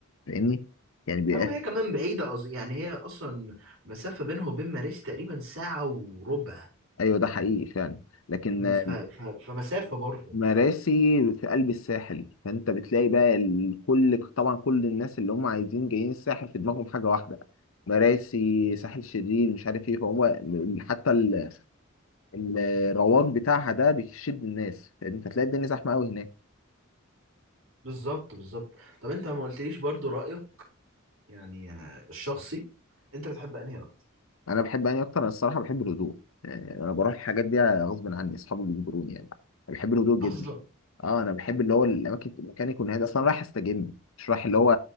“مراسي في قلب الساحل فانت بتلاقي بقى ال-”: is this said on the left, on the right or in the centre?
Left